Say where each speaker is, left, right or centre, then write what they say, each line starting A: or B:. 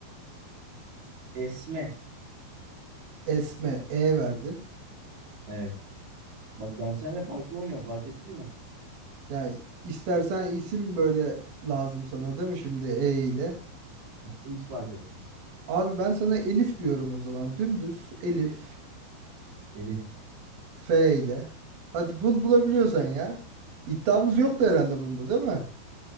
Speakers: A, on the right; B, on the right.
A: esme.
B: Esme E verdin.
A: Evet. Bak ben seninle farklı oynuyorum. Fark ettin mi?
B: Ya istersen isim böyle lazım sana değil mi şimdi E ile?
A: Hiç fark etmez.
B: Abi ben sana Elif diyorum o zaman. Dümdüz Elif
A: Elif
B: F ile. Hadi bul bulabiliyorsan ya. İddiamız yoktu herhalde bunda değil mi?